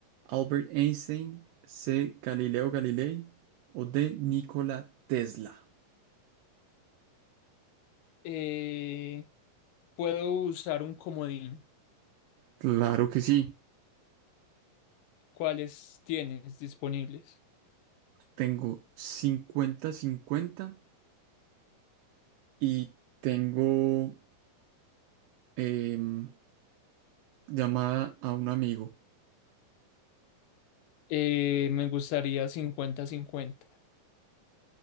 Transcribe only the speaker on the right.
Albert Einstein. C. Galileo Galilei. O D. Nikola Tesla.
Claro que sí.
Tengo cincuenta cincuenta y tengo em, llamada a un amigo.